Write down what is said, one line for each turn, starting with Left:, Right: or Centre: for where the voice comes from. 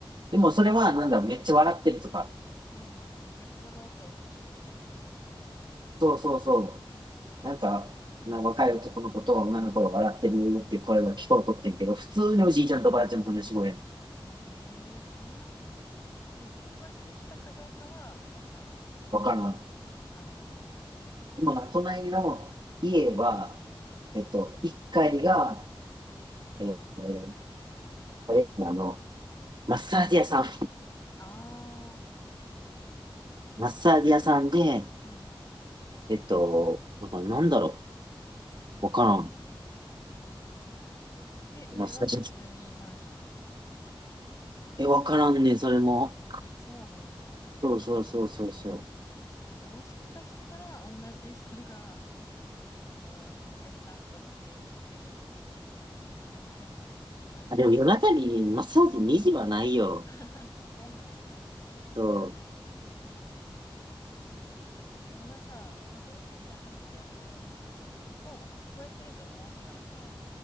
Right: でもそれはなんだめっちゃ笑ってるとか。
Left: うんうん。よっぽど音大きい時だけみたいな。
Right: そうそうそう。なんか、な若い男の子と女の子が笑ってるっていう声は聞こえとってんけど、普通におじいちゃんとおばあちゃんの話し声やん。
Left: うん。えー、そんな、え、引っ越してきたかどうかはわからん。
Right: わからん。
Left: あー、
Right: 今、隣の家は、えっと、1階がえーこれ、あの、マッサージ屋さん。
Left: あー、
Right: マッサージ屋さんで、
Left: うん。
Right: えっと、なんかなんだろう。わからん。
Left: で、上は普通にマンション
Right: マッサージ。え、わからんね、それも。
Left: あ、そうなんや。
Right: そうそうそうそうそう。
Left: あ、じゃあもしかしたら同じ人が、その、お客さんとして来てる可能性もある。マッサージ屋に。
Right: あ、でも夜中にマッサージ2時はないよ。
Left: <laughs> さすがにないか。
Right: そう。
Left: いや、なんかそんなさ、個人的な話やと、多分向こうも聞こえてると思わんからさ、